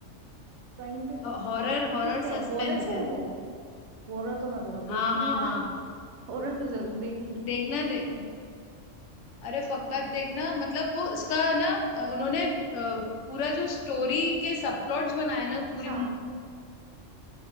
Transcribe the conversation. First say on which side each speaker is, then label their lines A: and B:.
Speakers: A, on the right; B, on the left.
A: प्राइम पे
B: हॉरर हॉरर
A: किस पे
B: सस्पेंस
A: है हॉरर पे
B: है
A: है वो हॉरर तो मैं बहुत देखती
B: हाँ हाँ
A: हूँ यार
B: हाँ
A: <laughs> हॉरर तो जरूर देखूंगी
B: देखना देखना
A: अच्छा
B: अरे पक्का देखना मतलब वो उसका ना अ, उन्होंने अ, पूरा जो स्टोरी के सब प्लॉट्स बनाए ना
A: अच्छा
B: पूरी